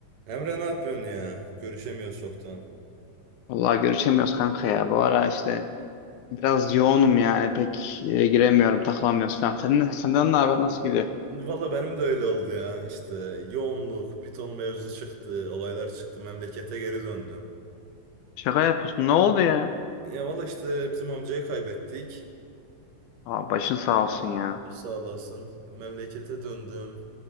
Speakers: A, on the right; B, on the left.
A: Emre ne yapıyorsun ya? Görüşemiyoruz çoktan.
B: Vallahi görüşemiyoruz kanka ya. Bu ara işte biraz yoğunum yani. Pek e, giremiyorum, takılamıyoruz falan. Sen, senden ne haber? Nasıl gidiyor?
A: Valla benim de öyle oldu ya. İşte yoğunluk, Python mevzu çıktı, olaylar çıktı, memlekete geri döndüm.
B: Şaka yapıyorsun. Ne oldu ya?
A: Ya valla işte bizim amcayı kaybettik.
B: Aa, başın sağ olsun ya.
A: Sağ olasın. Memlekete döndüm.